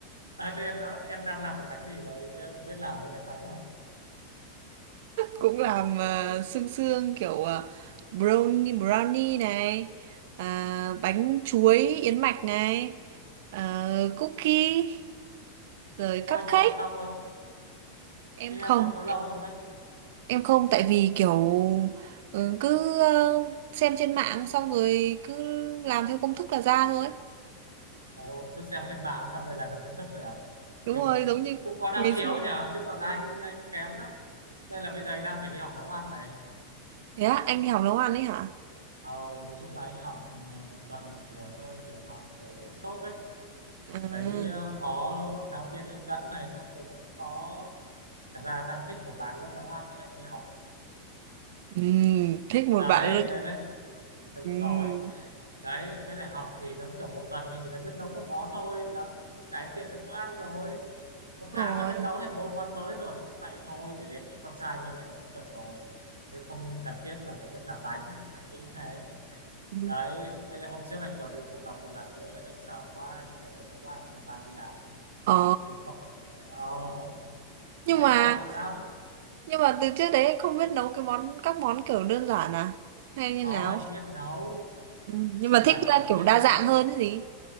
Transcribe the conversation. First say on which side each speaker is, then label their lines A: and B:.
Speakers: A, on the right; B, on the right.
A: à, thế em đó em đang làm được bánh gì rồi em biết làm mấy loại bánh rồi
B: cũng làm ờ, sương sương kiểu ờ, brownie brownie này à, bánh chuối yến mạch này ờ, cookie rồi
A: ô
B: cupcake
A: em học có lâu không
B: em
A: thì em
B: không
A: học có lâu không đây
B: em không tại vì kiểu ừ, cứ ờ, xem trên mạng xong rồi cứ làm theo công thức là ra thôi
A: Ồ, cứ xem trên mạng xong rồi là nó cũng thích rồi à
B: đúng
A: kiểu
B: rồi giống
A: cũng
B: như
A: cũng có năng
B: ngày
A: khiếu
B: xưa
A: nhỉ chứ còn anh anh kém lắm nên là bây giờ anh đang phải đi học nấu ăn này
B: thế á anh đi học nấu ăn ấy hả
A: ờ, nói chung là anh học ờ, một tuần một buổi thôi kiểu học kiểu workshop ấy
B: à
A: ở đấy ờ, có giáo viên hướng dẫn này xong rồi cũng có thật ra đang thích một bạn lớp nấu ăn nên anh đi học
B: ừm, thích một
A: đấy
B: bạn luôn
A: mới lại đúng
B: Ừm,
A: rồi đấy mới lại học thì giống kiểu một tuần mình chỉ cần biết nấu một món thôi là cũng cải thiện được bữa ăn rồi một
B: đúng
A: tháng
B: rồi
A: là biết nấu thêm bốn món mới rồi cũng vậy thôi để cái con trai như vậy là cũng được rồi chứ không cần thiết là phải biết làm bánh anh nghĩ thế
B: Ừm.
A: đấy nên là hôm trước anh còn bị ngộ độc một lần nữa nên anh sợ quá anh phải nấu ăn rồi mang đi làm thôi
B: ồ
A: chứ không thể oh,
B: nhưng
A: anh
B: mà
A: sợ lắm
B: nhưng mà từ trước đấy anh không biết nấu cái món các món kiểu đơn giản à hay như
A: có
B: nào
A: anh biết nấu
B: Ừm, nhưng
A: chung
B: mà
A: là
B: thích
A: anh
B: là
A: vẫn
B: kiểu
A: biết
B: đa
A: ờ,
B: dạng hơn cái gì